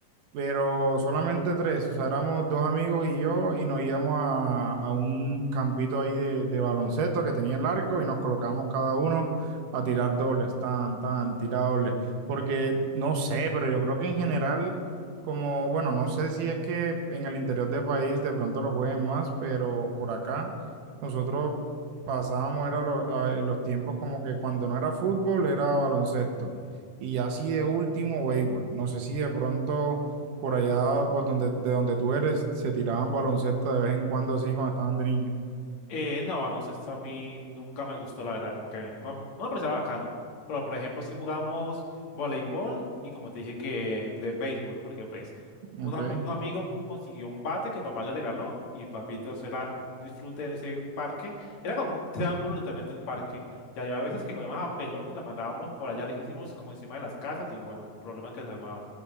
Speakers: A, on the right; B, on the left.
A: pero solamente tres, o sea, éramos dos amigos y yo, y nos íbamos a, a un campito ahí de, de baloncesto que tenía el arco y nos colocábamos cada uno a tirar dobles, tan, tan, tira dobles, porque no sé, pero yo creo que en general, como, bueno, no sé si es que en el interior del país de pronto lo jueguen más, pero por acá nosotros pasábamos, era lo- a- en los tiempos como que cuando no era fútbol, era baloncesto. Y así de último, béisbol. No sé si de pronto por allá, por donde, de donde tú eres, se tiraban baloncesto de vez en cuando así cuando estaban de niño.
B: Eh, no, baloncesto a mí nunca me gustó, la verdad, como que no, no me parecía bacano. Pero, por ejemplo, si jugamos voleibol y como te dije que de béisbol, porque pues
A: Ok.
B: un, ami- un amigo consiguió un bate que papá le regaló y papito, eso era un disfrute en ese parque. Era como un triángulo literalmente el parque. Y había veces que cogíamos a pelota y la mandábamos por allá lejísimos como encima de las casas y bueno, el problema que se armaba.